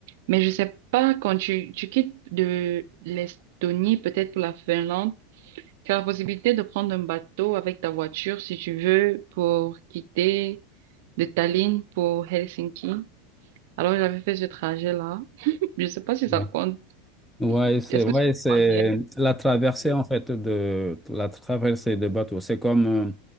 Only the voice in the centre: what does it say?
ouais.
Ouais, c'est,
ouais,
c'est
la traversée en fait de, la traversée de bateau. C'est comme euh,